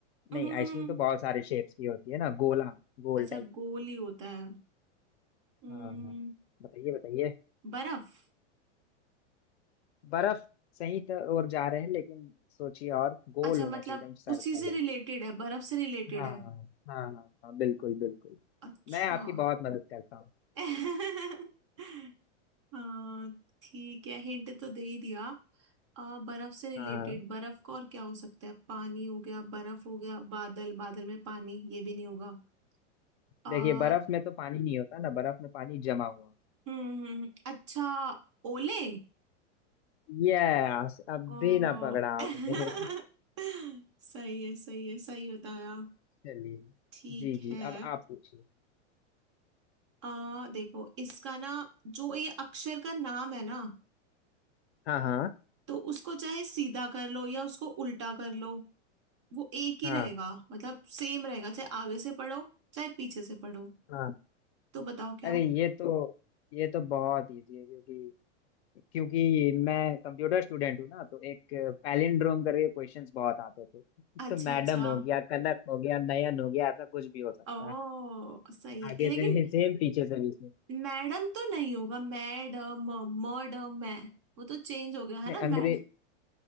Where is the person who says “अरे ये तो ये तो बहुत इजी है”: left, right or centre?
Left